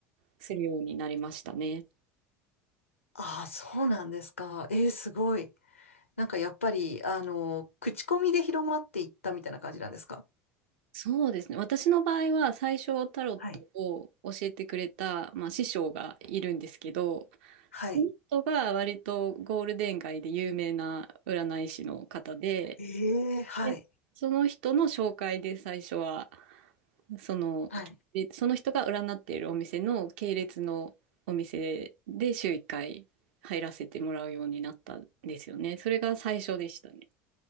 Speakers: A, on the right (about 60°); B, on the left (about 80°).
A: するようになりましたね。
B: ああ、そうなんですか。ええすごい。なんかやっぱり、あの、口コミで広まっていったみたいな感じなんですか
A: そうですね。私の場合は最初タロットを教えてくれた、
B: はい。
A: まあ、師匠がいるんですけど、
B: はい。
A: その人が割とゴールデン街で有名な占い師の方で、
B: ええはい。
A: でその人の紹介で最初は、その、
B: はい。
A: でその人が占っているお店の系列のお店で週1回入らせてもらうようになったんですよね。それが最初でしたね。